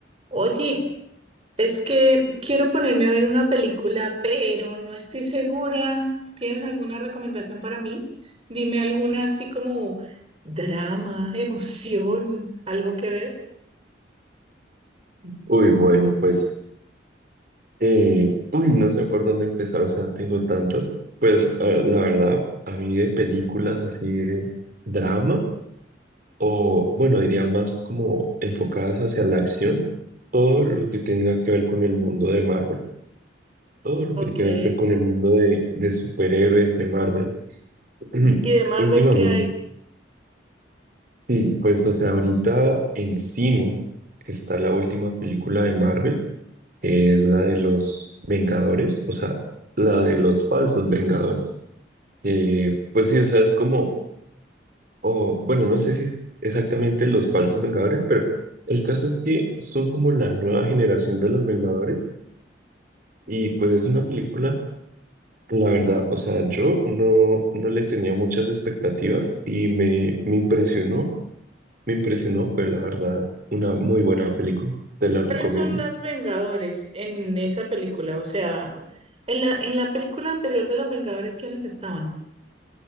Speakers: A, on the right; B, on the right.
A: Oye, es que quiero ponerme a ver una película, pero no estoy segura. ¿Tienes alguna recomendación para mí? Dime alguna así como drama, emoción, algo que ver.
B: Uy, bueno, pues, eh, uy, no sé por dónde empezar, o sea, tengo tantas. Pues, eh, la verdad, a mí de películas así de drama, o bueno, diría más como enfocadas hacia la acción, todo lo que tenga que ver con el mundo de Marvel, todo lo
A: Ok.
B: que tenga
A: ¿Y
B: que ver con el mundo de, de superhéroes de Marvel. <clears throat>
A: de Marvel
B: Últimamente,
A: qué hay?
B: sí, pues, o sea, ahorita en cine está la última película de Marvel. es la de los Vengadores, o sea, la de los falsos Vengadores. Eh, pues sí, o sea, es como, o bueno, no sé si es exactamente los falsos Vengadores, pero el caso es que son como la nueva generación de los Vengadores y pues es una película, la verdad, o sea, yo no, no le tenía muchas expectativas y me, me impresionó, me impresionó, fue la verdad una muy buena película, te la recomiendo.
A: ¿Cuáles son los Vengadores en esa película? O sea, en la, en la película anterior de los Vengadores, ¿quiénes estaban?